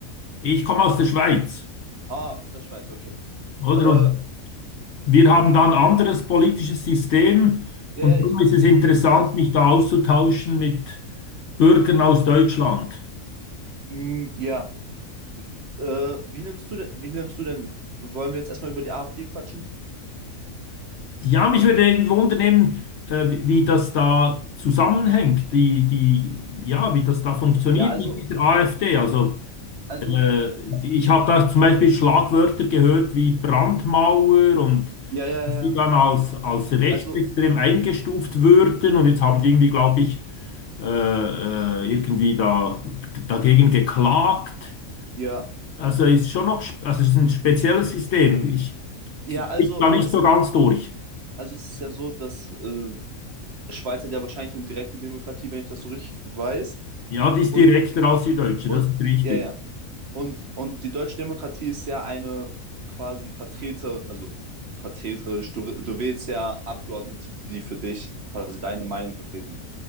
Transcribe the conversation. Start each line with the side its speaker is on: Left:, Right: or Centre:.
Left: Ich komme aus der Schweiz,
Right: Ah, aus der Schweiz, okay.
Left: oder?
Right: Äh,
Left: Und wir haben da ein anderes politisches System
Right: ja,
Left: und
Right: ja, ich,
Left: darum ist
Right: ich,
Left: es interessant,
Right: ich weiß.
Left: mich da auszutauschen mit Bürgern aus Deutschland.
Right: Mm, ja, äh, wie nimmst du denn, wie nimmst du denn, wollen wir jetzt erstmal über die AfD quatschen?
Left: Ja, mich würde eben wundern, eben, äh, wie wie das da zusammenhängt, die, die, ja, wie das da funktioniert
Right: Ja, also,
Left: mit dieser AfD. Also
Right: also,
Left: Äh,
Right: also
Left: Ich
Right: die,
Left: habe da zum Beispiel Schlagwörter gehört wie Brandmauer und
Right: ja, ja,
Left: die
Right: ja,
Left: dann als, als rechtsextrem
Right: also,
Left: eingestuft würden und jetzt haben die irgendwie, glaube ich, äh, äh, irgendwie da, dagegen geklagt.
Right: ja,
Left: Also ist schon noch, sp- also es ist ein spezielles System. Ich
Right: ja, also,
Left: bin da nicht
Right: es
Left: so
Right: ist,
Left: ganz durch.
Right: also es ist ja so, dass äh, Schweiz hat ja wahrscheinlich eine direkte Demokratie, wenn ich das so richtig weiß.
Left: Ja, die ist
Right: Und,
Left: direkter als die Deutsche,
Right: und
Left: das ist richtig.
Right: ja, ja. Und, und die deutsche Demokratie ist ja eine quasi Vertreter, also vertreterisch. Du, du wählst ja Abgeordnete, die, die für dich quasi deine Meinung vertreten.